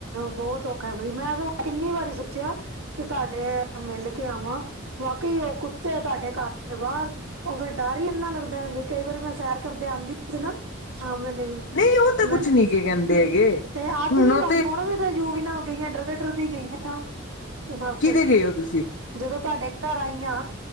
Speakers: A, on the right; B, on the left.
A: ਬੌਤ ਔਖਾ ਐ ਬਈ ਮੈਂ ਸਗੋਂ ਕਿੰਨੀ ਵਾਰੀ ਸੋਚਿਆ ਕਿ ਤੁਆਡੇ ਮਿਲ ਕੇ ਆਵਾਂ। ਬਾਾਕੇ ਈ ਓ ਕੁੱਤੇ ਤੁਆਡੇ ਘਰ ਦੇ ਬਾਰ ਓ ਫੇਰ ਡਰ ਈ ਇੰਨਾ ਲੱਗਦਾ ਐ ਬਈ ਕਈ ਵਾਰੀ ਮੈਂ ਸੈਰ ਕਰਦੇ ਆਂਦੀ ਸੀ ਨਾ, ਸ਼ਾਮ ਵੇਲੇ ਵੀ।
B: ਨਹੀਂ ਉਹ ਤਾਂ
A: ਮੈਂ
B: ਕੁਛ
A: ਕੈੱਦੀ
B: ਨੀ
A: ਸੀ
B: ਕੇ ਕਹਿੰਦੇ ਹੈਗੇ
A: ਤੇ ਅੱਜ
B: ਹੁਣ
A: ਵੀ,
B: ਉਹ
A: ਹੁਣ ਵੀ ਤੇ ਯੂਵੀ ਨਾਲ ਗਈ ਆਂ ਡਰਦੇ-ਡਰਦੀ ਗਈ ਆਂ। ਤੇ ਬਸ
B: ਕਿਤੇ ਗਏ ਹੋ ਤੁਸੀਂ
A: ਜਦੋਂ ਤੁਆਡੇ ਘਰ ਆਈ ਆਂ